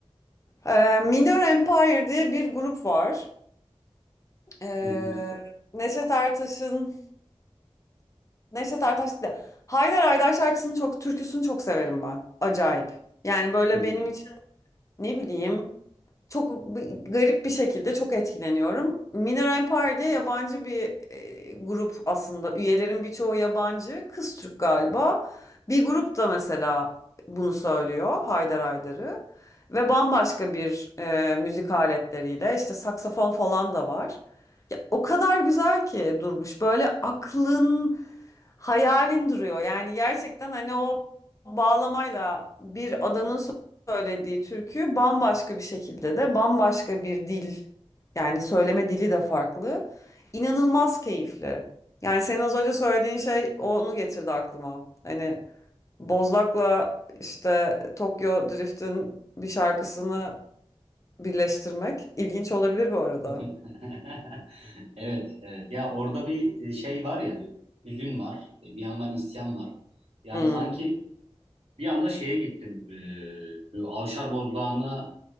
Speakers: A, on the left (about 30°); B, on the right (about 70°).
A: Ee, Minor Empire diye bir grup var. Ee,
B: hı,
A: Neşet Ertaş'ın Nevşet Ertaş da. Haydar Haydar şarkısını çok, türküsünü çok severim ben. Acayip. Yani böyle
B: hı hı,
A: benim ne bileyim. Çok b- garip bir şekilde çok etkileniyorum. Minor Empire diye yabancı bir e, grup aslında. Üyelerin birçoğu yabancı. Kız Türk galiba. Bir grup da mesela bunu söylüyor. Haydar Haydar'ı. Ve bambaşka bir e, müzik aletleriyle. işte saksafon falan da var. Ya, o kadar güzel ki durmuş. Böyle aklın hayalin duruyor. Yani gerçekten hani o bağlamayla bir adamın söylediği türkü bambaşka bir şekilde de bambaşka bir dil yani söyleme dili de farklı. İnanılmaz keyifli. Yani senin az önce söylediğin şey onu getirdi aklıma. Hani Bozlak'la işte Tokyo Drift'in bir şarkısını birleştirmek ilginç olabilir bu arada.
B: hı hı. <laughs> Evet, evet. Ya orada bir e, şey var ya, bir hüzün var, e, bir yandan isyan var. Yani
A: Hmm.
B: sanki bir anda şeye gittim, e, böyle Avşar Bozlağı'nı